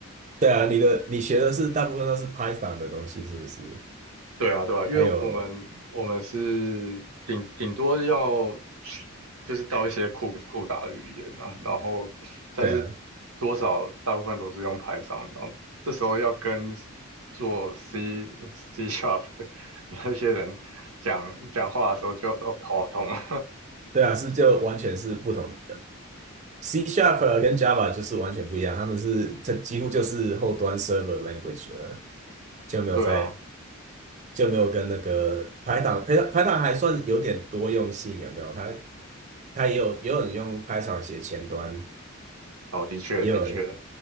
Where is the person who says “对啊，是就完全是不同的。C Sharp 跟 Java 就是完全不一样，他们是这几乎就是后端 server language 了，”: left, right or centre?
Right